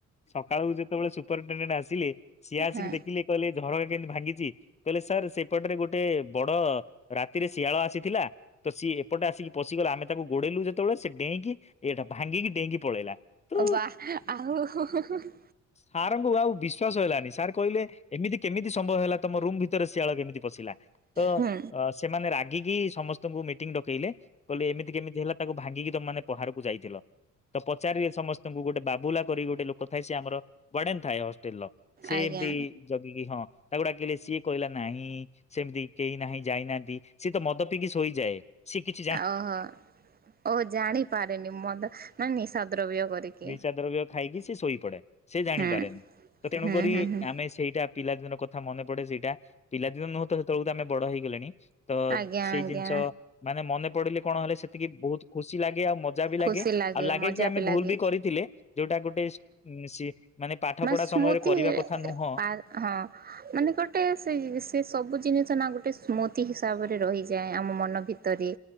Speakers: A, on the left; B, on the right.
A: ସକାଳୁ ଯେ ତେବେଳେ ସୁପରଟେଣ୍ଡେଣ୍ଟ ଆସିଲେ ସିଏ ଆସିକି
B: ହଁ।
A: ଦେଖିଲେ କହିଲେ ଝରକା କେମିତି ଭାଙ୍ଗିଛି କହିଲେ ସାର୍ ସେପଟରେ ଗୋଟେ ବଡ ରାତିରେ ଶିଆଳ ଆସିଥିଲା ତ ସିଏ ଏପଟେ ଆସିକି ପଶିଗଲା ଆମେ ତାକୁ ଗୋଡେଇଲୁ ଯେତେବେଳେ ସେ ଡେଇଁକି ଏଇଟା ଭାଙ୍ଗିକି ଡେଇଁକି ପଳେଇଲା। ତ
B: ବା ଆଉ <unintelligible>
A: ସାରଙ୍କୁ ଆଉ ବିଶ୍ୱାସ ହେଲାନି ସାର୍ କହିଲେ ଏମିତି କେମିତି ସମ୍ଭବ ହେଲା ତମ ରୁମ୍ ଭିତରେ ଶିଆଳ କେମିତି ପଶିଲା ତ
B: ହୁଁ
A: ଅ ସେମାନେ ରାଗିକି ସମସ୍ତଙ୍କୁ ମିଟିଂ ଡକେଇଲେ କହିଲେ ଏମିତି କେମିତି ହେଲା। ତାକୁ ଭାଙ୍ଗିକି ତମ ମାନେ ବାହାରକୁ ଯାଇଥିଲ ତ ପଚାରିବେ ସମସ ଙ୍କୁ ଗୋଟେ ବାବୁଲା କରି ଗୋଟେ ଲୋକ ଥାଏ ସେ ଆମର ବଡେନ ଥାଏ ହଷ୍ଟେଲ ର। ସେ
B: ଆଜ୍ଞା।
A: ଏମତି ଜଗିକି ହଁ ତାକୁ ଡାକିଲେ ସିଏ କହିଲା ନାହିଁ ସେମିତି କେହି ନାହିଁ ଯାଇନାହାନ୍ତି ସିଏ ତ ମଦ ପିିଇକି ଶୋଇଯାଏ। ସିଏ କିଛି ଜାଣ
B: ଓହୋ ଓହ ଜାଣିପାରେନି ମଦ ମାନେ ନିଶା ଦ୍ରବ୍ୟ କରିକି।
A: ନିସା ଦ୍ରବ୍ୟ ଖାଇକି ସେ ଶୋଇ ପଡେ ସେ ଜାଣିପାରେନି
B: ହୁଁ
A: ତ ତେଣୁ
B: ହୁଁ
A: କରିରି
B: ହୁଁ ହୁଁ
A: ଆମେ ସେଇଟା ପିଲାଦିନର କଥା ମନେ ପଡେ ସେଇଟା ପିଲାଦିନ ନୁହେଁ ତ ସେତେବେଳୁ ତ ଆମେ ବଡ ହେଇଗଲେଣି। ତ
B: ଆଜ୍ଞା
A: ସେଇ
B: ଆଜ୍ଞା
A: ଜିନିଷ ମାନେ ମନେ ପଡିଲେ କଣ ହେଲେ ସେତିକି ବହୁତ ଖୁସି ଲାଗେ ଆଉ ମ ମଜା ବି ଲାଗେ
B: ଖୁସି
A: ଆଉ ଲାଗେ
B: ମଜା
A: କି ଆମେ
B: ଲାଗେ
A: ଭୁଲ ବି କରିଥିଲେ ଯୋଉଟା ଗୋଟେ ସି ମାନେ ପାଠ
B: ମ
A: ପଢା
B: ସ୍ମୁତି
A: ସମୟରେ କରିବା କଥା ନୁହଁ
B: ମା ହଁ ମାନେ ଗୋଟେ ସେ ସେ ସବୁ ଜିନିଷ ନା ଗୋଟେ ସ୍ମୃତି ହିସାବରେ ରହିଯାଏ ଆମ ମନ ଭିତରେ।